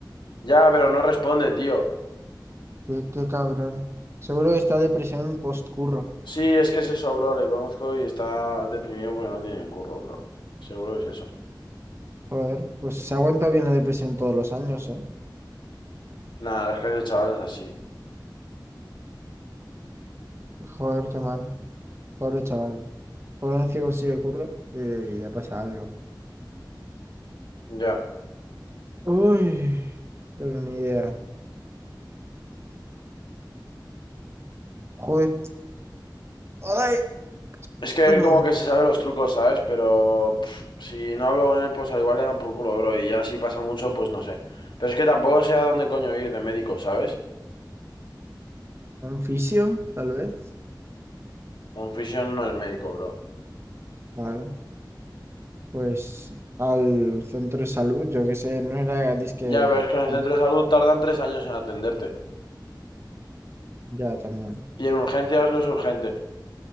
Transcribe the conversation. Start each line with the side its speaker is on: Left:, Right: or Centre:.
Left: ya, pero no responde, tío.
Right: qué, qué cabrón. Seguro que está depresión postcurro.
Left: Sí, es que es eso, bro, le conozco y está deprimido porque no tiene el curro, bro. Seguro que es eso.
Right: Joder, pues se aguanta bien la depresión todos los años, ¿eh?
Left: Nada, las clases de chavales así.
Right: Joder, qué mal. Pobre chaval. Por una vez que consigue curro, y le pasa algo.
Left: Ya.
Right: Uy, pero ni idea. Joder. Ay,
Left: Es que
Right: mm,
Left: él como que se sabe los trucos, ¿sabes? Pero pff, si no hablo con él, pues al igual le dan por culo, bro. Y ya si pasa mucho, pues no sé. Pero es que tampoco sé a dónde coño ir de médico, ¿sabes?
Right: un fisio, tal vez.
Left: Un fisio no es médico, bro.
Right: Vale. Pues al centro de salud, yo qué sé, no era disque.
Left: Ya, pero es que en el
Right: no,
Left: centro de salud tardan tres años en atenderte.
Right: Ya también.
Left: Y en urgencias no es urgente.